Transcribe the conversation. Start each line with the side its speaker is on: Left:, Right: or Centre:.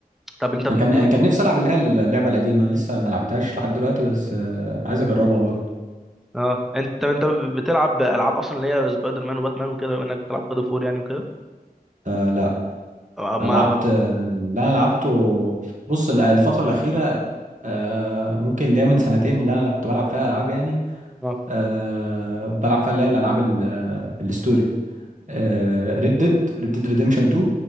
Centre: طب انت بما
Right: انا كان كان
Centre: انك
Right: نفسي العب اللي هي اللعبة القديمة أنا لسه ما لعبتهاش لحد دلوقتي بس آه، عايز اجربها برضه
Centre: اه انت طب انت بتلعب العاب اصلا اللي هي سبايدر مان وباتمان وكده بما انك بتلعب جاد اوف وور يعني وكده
Right: آه لا
Centre: آه، ما
Right: أنا لعبت اللي انا لعبته بص ال- الفترة الأخيرة آه ممكن اللي هي من سنتين اللي انا كنت بلعب فيها العاب يعني
Centre: اه
Right: آه كنت بلعب فيها اللي هي الالعاب ال- الستوري آه ريد ديد ريد ديد ريديمشن 2